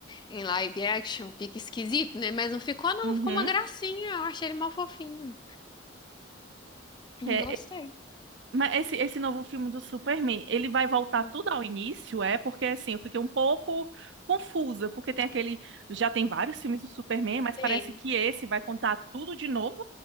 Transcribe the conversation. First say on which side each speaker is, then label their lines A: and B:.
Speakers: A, on the left; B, on the right.
A: em live action, fica esquisito, né? Mas não ficou, não,
B: Uhum.
A: ficou uma gracinha. Eu achei ele mal fofinho.
B: É,
A: Gostei.
B: Mas esse, esse novo filme do Superman, ele vai voltar
A: Hum.
B: tudo ao início, é? Porque assim, eu fiquei um pouco confusa, porque tem aquele, já tem vários filmes do Superman, mas
A: Tem.
B: parece que esse vai contar tudo de novo.